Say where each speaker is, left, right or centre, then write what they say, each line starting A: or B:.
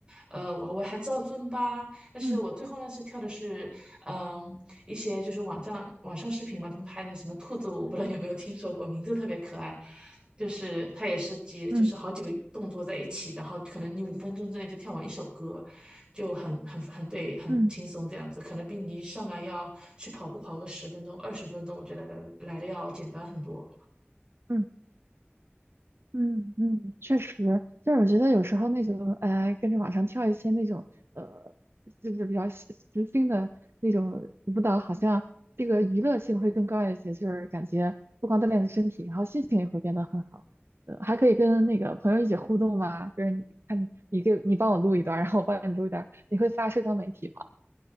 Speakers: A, on the right; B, on the right.
A: 呃，我我还知道尊巴，但是我最后呢是跳的是，
B: 嗯
A: 嗯，一些就是网站网上视频嘛，他们拍的什么兔子舞，我不知道你有没有听说过，名字特别可爱，就是它也是几，就是好几个动作在一起，
B: 嗯
A: 然后可能你五分钟之内就跳完一首歌，就很很很对，
B: 嗯嗯。
A: 很轻松这样子，
B: 嗯
A: 可能比你一上来要去跑步跑个十分钟、二十分钟，我觉得来来的要简单很多。
B: 嗯嗯嗯，确实，就是我觉得有时候那种，哎，跟着网上跳一些那种，呃，就是比较时心的那种舞蹈，好像这个娱乐性会更高一些，就是感觉不光锻炼了身体，然后心情也会变得很好，呃，还可以跟那个朋友一起互动嘛，就是你看你给你帮我录一段儿然后我帮你录一段儿你会发社交媒体吗？